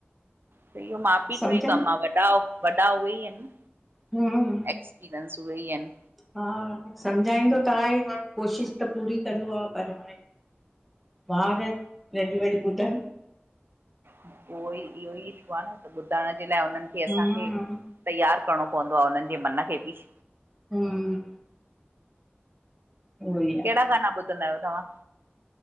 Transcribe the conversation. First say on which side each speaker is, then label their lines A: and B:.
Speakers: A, on the right; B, in the centre.
A: त इहो माउ पीउ
B: सम्झाए
A: जो ई कम आ वॾा वॾा उहे ई आहिनि न।
B: हूं हूं
A: इसपीरंस उहे ई अइन
B: हा आ सम्झाईंदो त आहे ई माण्हूं। कोशिशि त पूरी कंदो आ, पर हाणें ॿार आहिन, जॾी वरी ॿुधनि।
A: उहो ई इहो ई इशू आ न, त ॿुधण जे लाइ हुनननि खे असांखे
B: हम्म
A: तईयार करणो पवंदो आ उन्हनि जे मन खे बि।
B: हूं ऊं ऊं उहोई
A: कहिड़ा ॻाना ॿुधंदा आहियो, तव्हां?